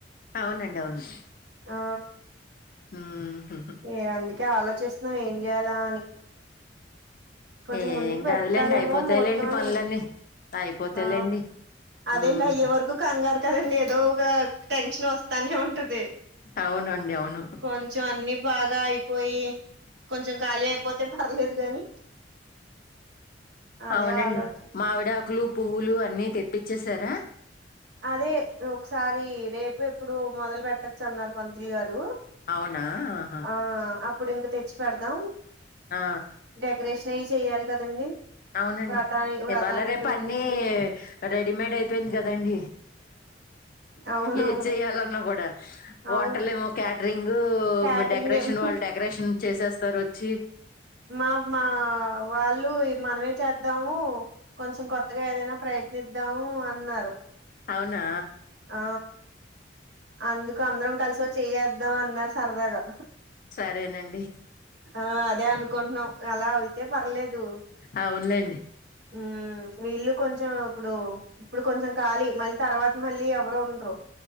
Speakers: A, on the left; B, on the right.
A: అవునండి అవును
B: ఆ
A: మ్మ్
B: ఏ అందుకే ఆలోచిస్తున్నాం ఏం చేయాల అని కొంచెం
A: ఏం
B: ముందుకి పెడతారేమో
A: కాదులేండి అయిపోతాయిలేండి
B: ముహూర్తం అని
A: పనులన్నీ అయిపోతాయిలేండి
B: ఆ అదేంది
A: ఉమ్
B: అయ్యే వరకు కంగారు కదండి ఏదో ఒక టెన్షన్ వస్తానే ఉంటది
A: అవునండి అవును
B: కొంచెం అన్ని బాగా అయిపోయి కొంచెం గాలి అయిపోతే పర్లేదు గాని అదే
A: అవునండి
B: ఆలోచిస్తున్న
A: మావిడాకులు పువ్వులు అన్ని తెప్పిచ్చేసారా
B: అదే ఒకసారి రేపు ఎప్పుడు మొదలు పెట్టచ్చు అన్నారు పంతులు గారు
A: అవునా ఆహా
B: ఆ అప్పుడు ఇంక తెచ్చి పెడతాం
A: ఆ
B: డెకరేషన్ అయి చెయాలి కదండి
A: అవునండి
B: వ్రతాని వ్రతానికి
A: ఇవాళ రేపు
B: వెళ్ళి
A: అన్నీ రెడీమేడ్ అయిపోయింది కదండి
B: అవునవును
A: ఏది చెయాలన్నా కూడా
B: అవును
A: వంటలేమో క్యాటరింగ్
B: క్యాటరింగ్
A: డెకరేషన్
B: ఏం
A: వాళ్ళు డెకరేషన్ చేసేస్తారు వచ్చి
B: మా మా వాళ్ళు ఈ మనమే చేద్దాం మ్మ్ కొంచెం కొత్తగా ఏదైనా ప్రయత్నిద్దాము అన్నారు
A: అవునా
B: ఆ అందుకు అందరం కలిసోచెయ్యేద్దాం అన్నారు సరదాగా
A: సరేనండి
B: ఆ అదే అనుకుంటున్నాం అలా అయితే పర్లేదు
A: అవునులెండి
B: మ్మ్ వీళ్ళు కొంచెం అప్పుడు ఇప్పుడు కొంచెం ఖాళీ మళ్ళీ తర్వాత మళ్ళీ ఎవరు ఉండరు